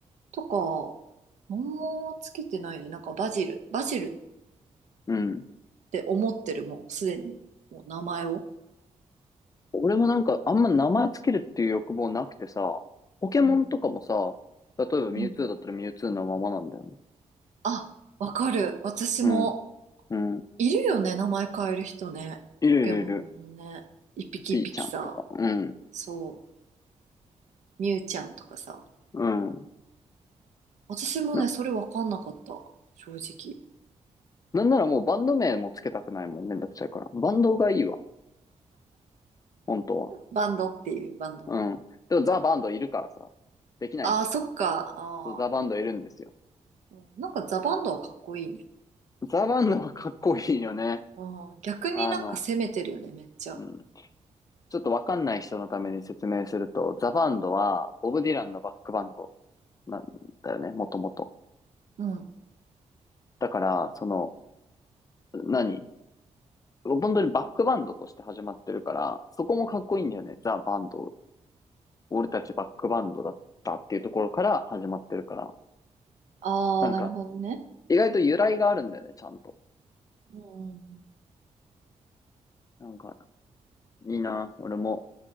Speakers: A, on the right; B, on the left.
A: とか、何もつけてないね。なんかバジル、バジル
B: うん。
A: って思ってる、もうすでに。もう名前を。
B: 俺もなんかあんま名前付けるっていう欲望なくてさ、ポケモンとかもさ、
A: うん。
B: 例えばミュウツーだったらミュウツーのままなんだよね。
A: うん。あ、わかる。私も、
B: うん、うん。
A: いるよね、名前変える人ね。
B: いるいるいる。
A: ポケモンのね。一匹一匹さ。
B: ピーちゃんとか。うん、
A: そう。みゆちゃんとかさ。
B: うん。
A: 私もね、
B: な、
A: それわかんなかった。正直。
B: なんならもうバンド名も付けたくないもんね、めんどくさいから。バンドがいいわ、本当は。
A: バンドっていうバンド。
B: うん。でもザ・バンドいるからさ、できないんだよ、
A: ああ、そっか。
B: それ。
A: ああ。
B: そうザ・バンドいるんですよ。
A: うんなんかザ・バンドはかっこいいね。
B: ザ・バンドはかっこいいよね。
A: うん。逆になんか攻めてるよね、
B: あの、
A: めっちゃ。
B: うん。ちょっとわかんない人のために説明すると、ザ・バンドはボブ・ディランのバックバンドなんだよね、もともと。
A: うん。
B: だから、その、何本当にバックバンドとして始まってるから、そこもかっこいいんだよね。ザ・バンド。俺たちバックバンドだったっていうところから始まってるから。
A: ああ、
B: なんか、
A: なるほどね。
B: 意外と由来があるんだよね、ちゃんと。
A: うん。
B: なんか、いいな。俺も